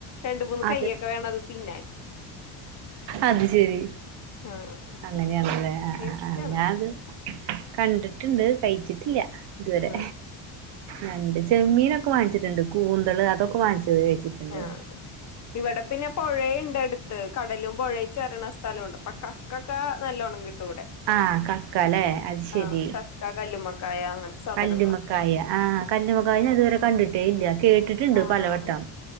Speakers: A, on the left (about 40°); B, on the right (about 60°).
A: രണ്ട് മൂന്ന്
B: അതെ
A: കയ്യൊക്കെ വേണം അത് തിന്നാൻ
B: അത് ശരി.
A: ആഹ്
B: അങ്ങനെയാണ്ലേ ആ
A: ടേസ്റ്റാണ്
B: ആ ആ ഞാത് കണ്ടിട്ടുണ്ട് കഴിച്ചിട്ടില്ല ഇതുവരെ
A: ഉം
B: ഞണ്ട് ചെമ്മീനൊക്കെ വാങ്ങിച്ചിട്ട്ണ്ട് കൂന്തള് അതൊക്കെ വാങ്ങിച്ചി <unintelligible> വച്ചിട്ടുണ്ട്
A: ആഹ് ഇവിടെ പിന്നെ പൊഴണ്ട് അടു കടലും പുഴേ ചേര്ണ സ്ഥലൊണ്ട് അപ്പോ കക്കൊക്കെ നല്ലോണം കിട്ടും ഇവിടെ
B: ആഹ് കക്കലേ അത് ശരി
A: ആഹ് കക്ക, കല്ലുമ്മക്കായ അങ്ങനത്തെ സാധനങ്ങളൊ
B: കല്ലുമ്മക്കായ ആഹ് കല്ലുമ്മക്കായ ഞാനിതുവരെ കണ്ടിട്ടേയില്ല കേട്ടിട്ടുണ്ട്
A: ആഹ്
B: പലവട്ടം